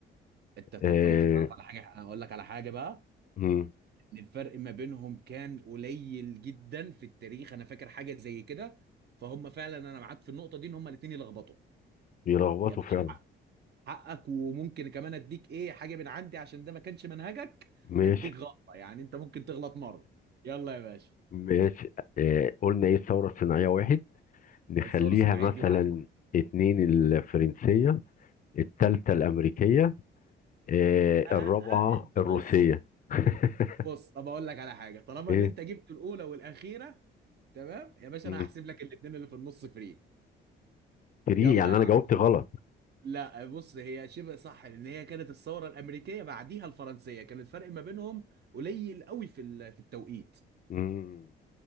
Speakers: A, on the right (about 55°); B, on the left (about 45°).
A: انت طب,
B: آه
A: طب انت تعرف على حاجة أنا أقول لك على حاجة بقى
B: مم،
A: إن الفرق ما بينهم كان قليل جدا في التاريخ أنا فاكر حاجة زي كده فهم فعلا أنا معاك في النقطة دي إن هم الاتنين يلخبطوا
B: بيلخبطوا
A: يا باشا
B: فعلا
A: حقك وممكن كمان اديك ايه حاجه من عندي عشان ده ما كانش منهجك
B: ماشي
A: اديك غلطه يعني انت ممكن تغلط مره يلا يا باشا
B: ماشي آه قلنا ايه الثوره الصناعيه واحد نخليها
A: الثوره الصناعيه
B: مثلا
A: دي واحد
B: اتنين الفرنسيه التالتة الامريكيه آه
A: اه
B: الرابعه
A: اه انت
B: الروسيه
A: بص
B: <laughs>
A: بص طب اقول لك على حاجه طالما
B: ايه
A: ان انت جبت الاولى والاخيره تمام يا باشا
B: مم.
A: انا هحسب لك الاثنين اللي في النص فري
B: تري
A: يلا
B: يعني
A: يا
B: انا
A: عم
B: جاوبت غلط
A: لا بص هي شبه صح لان هي كانت الثوره الامريكيه بعديها الفرنسيه كان الفرق ما بينهم قليل قوي في ال- في التوقيت
B: مم.